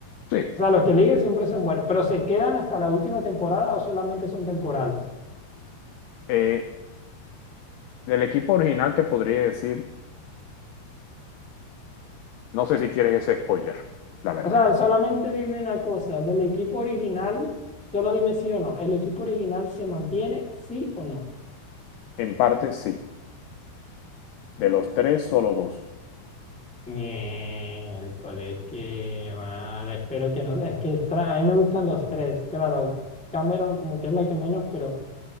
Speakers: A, on the left; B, in the centre.
A: Sí,
B: o sea, los que eligen siempre son buenos, pero ¿se quedan hasta la última temporada o solamente son temporales?
A: eh, del equipo original te podría decir No sé si quieres ese spoiler, la verdad.
B: O sea, solamente dime una cosa, del equipo original, solo dime sí o no, ¿el equipo original se mantiene, sí o no?
A: En parte sí. De los tres, solo dos.
B: Miércoles, qué mal. Espero que no. Es que tra- a mí me gustan los tres. Claro, Cameron como que es la que menos, pero